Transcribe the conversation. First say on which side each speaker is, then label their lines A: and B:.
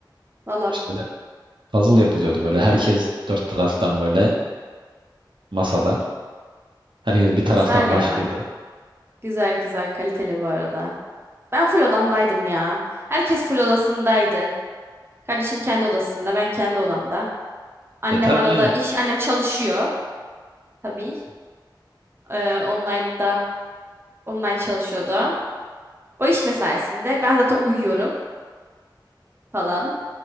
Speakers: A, on the right; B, on the right.
A: Valla
B: İşte öyle puzzle yapılıyordu böyle. Herkes dört taraftan böyle masada. Herkes bir taraftan
A: güzel
B: başlıyordu.
A: ya. Güzel güzel kaliteli bu arada. Ben full odamdaydım ya. Herkes full odasındaydı. Kardeşim kendi odasında, ben kendi odamda. Annem
B: E tabii
A: arada
B: canım.
A: iş, annem çalışıyor tabii. Ee, online'da, online çalışıyordu. O iş mesaisinde ben zaten uyuyorum falan.